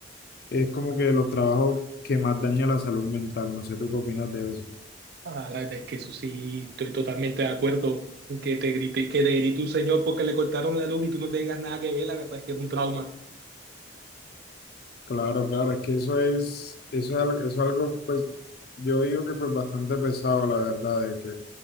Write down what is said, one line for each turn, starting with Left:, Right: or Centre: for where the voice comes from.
Left: es como que de los trabajos que más daña la salud mental. No sé, ¿tú qué opinas de eso?
Right: Ah, la verdad es que eso sí, estoy totalmente de acuerdo. Que te grite, que te grite un señor porque le cortaron la luz y tú no tengas nada que ver, la verdad es que es un trauma.
Left: Claro, claro, es que eso es, eso es, al- eso es algo, pues, yo digo que pues bastante pesado, la verdad, de que